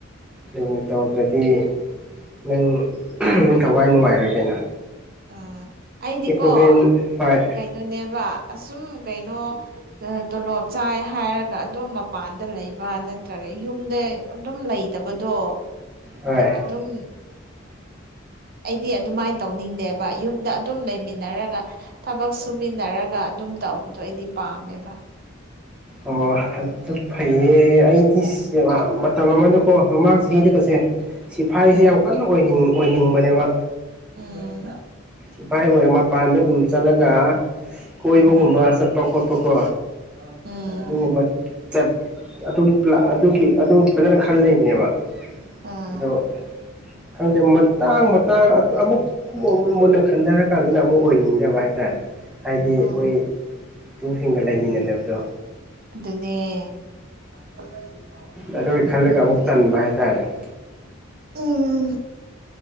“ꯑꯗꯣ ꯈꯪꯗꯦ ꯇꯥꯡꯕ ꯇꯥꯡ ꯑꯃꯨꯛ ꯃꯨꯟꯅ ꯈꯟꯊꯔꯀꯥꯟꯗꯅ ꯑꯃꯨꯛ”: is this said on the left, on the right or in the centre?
Centre